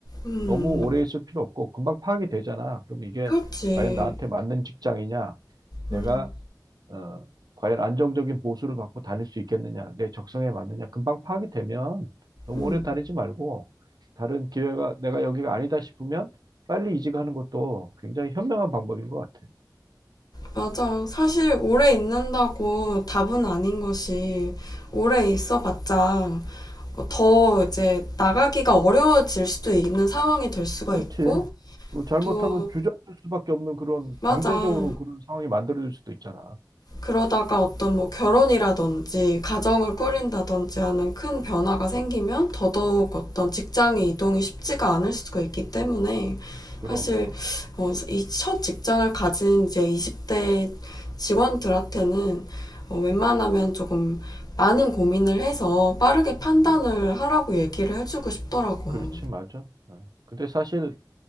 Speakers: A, on the left; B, on the right.
A: 음,
B: 너무 오래 있을 필요 없고 금방 파악이 되잖아. 그럼 이게
A: 그렇지.
B: 과연 나한테 맞는 직장이냐? 내가
A: 음,
B: 어, 과연 안정적인 보수를 받고 다닐 수 있겠느냐, 내 적성에 맞느냐, 금방 파악이 되면 너무
A: 음.
B: 오래 다니지 말고 다른 기회가 내가 여기가 아니다 싶으면 빨리 이직하는 것도 굉장히 현명한 방법인 것 같아.
A: 맞아. 사실 오래 있는다고 답은 아닌 것이 오래 있어봤자 뭐 더 이제 나가기가 어려워질 수도 있는 상황이 될 수가
B: 그렇지.
A: 있고
B: 그리고 잘못하면
A: 또
B: 주저앉을 수밖에 없는 그런
A: 맞아.
B: 강제적으로 그런 상황이 만들어질 수도 있잖아.
A: 그러다가 어떤 뭐 결혼이라든지 가정을 꾸린다든지
B: 음,
A: 하는 큰 변화가 생기면
B: 음,
A: 더더욱 어떤 직장의 이동이 쉽지가 않을 수가 있기 때문에
B: 그럼,
A: 사실
B: 그럼. 음,
A: 어, 이 첫 직장을 가진 이제 20대 직원들한테는 어, 웬만하면
B: 음,
A: 조금 많은 고민을 해서 빠르게 판단을
B: 음.
A: 하라고 얘기를 해주고 싶더라고.
B: 그렇지, 맞아. 어. 근데 사실